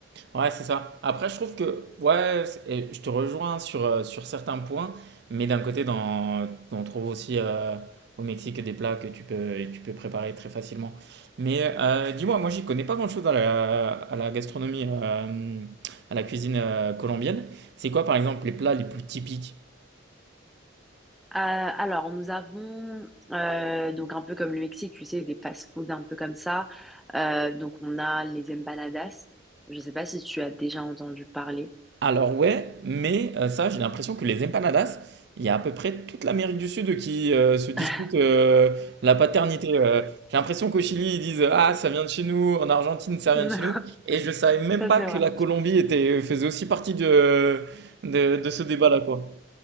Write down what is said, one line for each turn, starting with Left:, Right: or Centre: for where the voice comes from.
Right: Ouais, c'est ça. Après, je trouve que, ouais, c'est- et je te rejoins sur, euh, sur certains points, mais d'un côté, dans, on trouve aussi euh, au Mexique des plats que tu peux, tu peux préparer très facilement. Mais euh, dis-moi, moi, j'y connais pas grand-chose à la, à la gastronomie, euh, à la cuisine euh, colombienne. C'est quoi, par exemple, les plats les plus typiques?
Centre: Euh, alors, nous avons, euh, donc un peu comme le Mexique, tu sais, des fast-food un peu comme ça. Euh, donc, on a les empanadas. Je sais pas si tu as déjà entendu parler.
Right: Alors ouais, mais euh, ça, j'ai l'impression que les empanadas, il y a à peu près toute l'Amérique du Sud qui euh, se dispute
Centre: <laughs>
Right: euh, la paternité. euh. J'ai l'impression qu'au Chili, ils disent ah ça vient de chez nous, en Argentine ça vient
Centre: Non,
Right: de chez nous, et je savais même
Centre: ça
Right: pas
Centre: c'est
Right: que
Centre: vrai.
Right: la Colombie était euh, faisait aussi partie de de, de ce débat-là quoi.